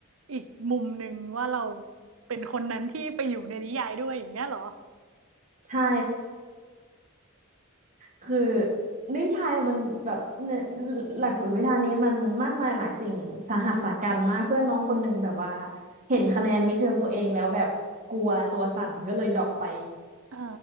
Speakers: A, on the right (about 70°); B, on the right (about 35°).
A: อีกมุมหนึ่งว่าเราเป็นคนนั้นที่ไปอยู่ในนิยายด้วยอย่างเงี้ยเหรอ
B: ใช่คือนิยายมันแบบเนอหลักสูตรวิชานี้มันมากมายหลายสิ่งสาหัสสากัจมากเพื่อนน้องคนหนึ่งแบบว่าเห็นคะแนนมิดเทอมตัวเองแล้วแบบกลัวตัวสั่นก็เลยดรอปไป
A: อ่า